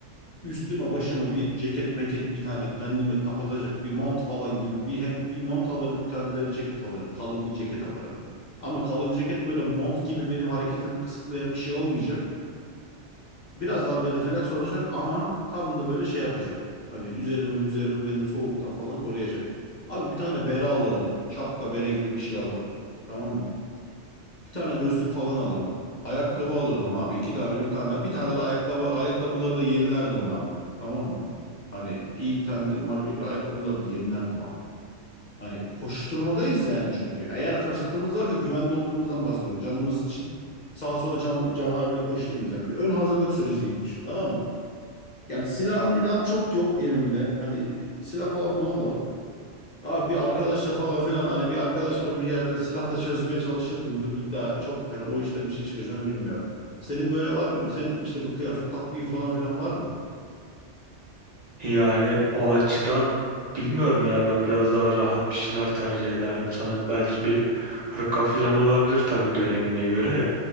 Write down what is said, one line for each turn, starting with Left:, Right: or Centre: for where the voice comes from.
Left: Üstüme başıma bir ceket meket bir tane kendimi kapatacak bir mont falan gibi bir hem bir mont alırım bir tane de ceket alırım. Kalın bir ceket alırım. Ama kalın ceket böyle mont gibi benim hareketimi kısıtlayan bir şey olmayacak. Biraz daha benefilaksi olacak ama tam da böyle şey yapacak. Hani üzerimi üzerimi benim soğuktan falan koruyacak. Abi bir tane bere alırdım. Şapka bere gibi bir şey alırdım. Tamam mı? Bir tane gözlük falan alırdım. Ayakkabı alırdım abi. İki tane bir tane bir tane de ayakkabı ayakkabıları da yenilerdim abi. Tamam mı? Hani iyi bir tane de marka ayakkabıları da yenilerdim abi. Hani koşturmadayız yani çünkü. Eğer fırsatımız var ve güvende olduğumuzdan bahsediyorum. Canımız için sağa sola can, can havliyle koşturmuyoruz. Yani bir ön hazırlık süreci gibi düşün, tamam mı? Yani silahım milahım çok yok elimde. Hani silah falan bulamadım. Abi bir arkadaşla falan filan hani bir arkadaştan bir yerden silah da çözmeye çalışırdım da bir daha çok hani o işten bir şey çıkacağını bilmiyorum. Senin böyle var mı? Senin işte bu kıyafet taktiği falan filan var mı?
Right: Yani o açıdan bilmiyorum ya ben biraz daha rahat bir şeyler tercih ederdim sanırım. Belki bir hırka falan olabilir tabii dönemine göre de.